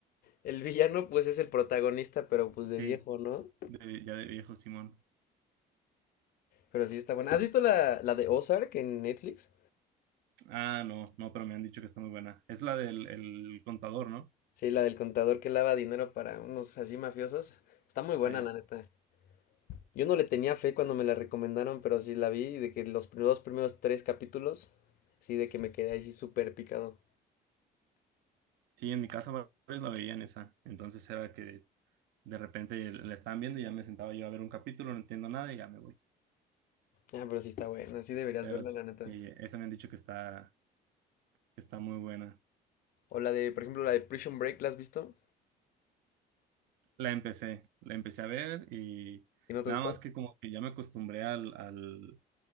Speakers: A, on the left; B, on the right.
A: el villano pues es el protagonista, pero pues
B: sí,
A: de viejo, ¿no?
B: de- ya de viejo Simón.
A: Pero sí está bueno. ¿Has visto la, la de Ozark en Netflix?
B: Ah, no, no, pero me han dicho que está muy buena. Es la del el contador, ¿no?
A: Sí, la del contador que lava dinero para unos así mafiosos. Está muy buena,
B: Ey.
A: la neta. Yo no le tenía fe cuando me la recomendaron, pero sí la vi y de que los primeros, primeros tres capítulos, sí, de que me quedé así súper picado.
B: Sí, en mi casa varios la veían esa. Entonces era que de repente la están viendo y ya me sentaba yo a ver un capítulo, no entiendo nada y ya me voy.
A: Ah, pero sí está buena, sí deberías
B: Pero
A: verla, la neta.
B: sí, esa me han dicho que está, que está muy buena.
A: O la de, por ejemplo, la de Prison Break, ¿la has visto?
B: La empecé, la empecé a ver y
A: ¿Y no te
B: nada
A: gustó?
B: más que como que ya me acostumbré al, al,